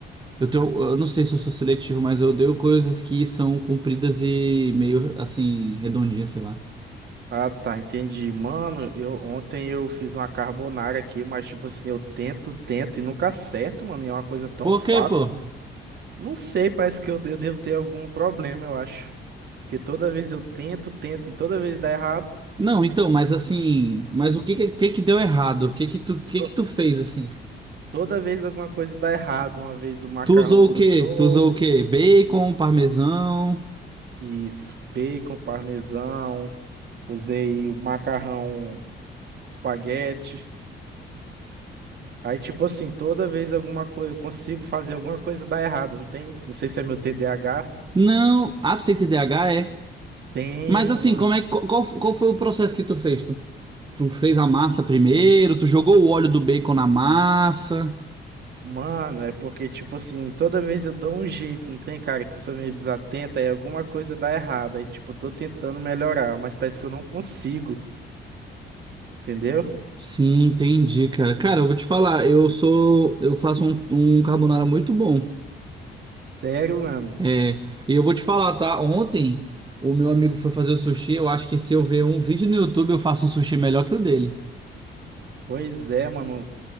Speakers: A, on the right; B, on the right.
A: Eu tenho, eu não sei se eu sou seletivo, mas eu odeio coisas que são compridas e meio assim, redondinhas, sei lá.
B: Ah, tá, entendi. Mano, eu ontem eu fiz uma carbonara aqui, mas tipo assim, eu tento, tento e nunca acerto, mano. E é uma coisa tão
A: Por
B: fácil.
A: quê, pô?
B: Não sei, parece que eu, de- eu devo ter algum problema, eu acho. Porque toda vez eu tento, tento e toda vez dá errado.
A: Não, então, mas assim, mas o que que, que que deu errado? O que que tu, o que
B: To-
A: que tu fez assim?
B: Toda vez alguma coisa dá errado. Uma vez o macarrão
A: Tu usou
B: grudou.
A: o quê? Tu usou o quê? Bacon, parmesão?
B: Isso, bacon, parmesão. Usei o macarrão espaguete. Aí, tipo assim, toda vez alguma coisa eu consigo fazer alguma coisa dar errado, não tem? Não sei se é meu TDAH.
A: Não. Ah, tu tem TDAH, é?
B: Tenho,
A: Mas assim,
B: mano.
A: como é que- qual, qual foi o processo que tu fez? Tu, tu fez a massa primeiro, tu jogou o óleo do bacon na massa?
B: Mano, é porque, tipo assim, toda vez eu dou um jeito, não tem cara que eu sou meio desatento, aí alguma coisa dá errado. Aí, tipo, tô tentando melhorar, mas parece que eu não consigo, entendeu?
A: Sim, entendi, cara. Cara, eu vou te falar, eu sou, eu faço um, um carbonara muito bom.
B: Sério, mano.
A: É, e eu vou te falar, tá? Ontem o meu amigo foi fazer o sushi. Eu acho que se eu ver um vídeo no YouTube, eu faço um sushi melhor que o dele.
B: Pois é, mano.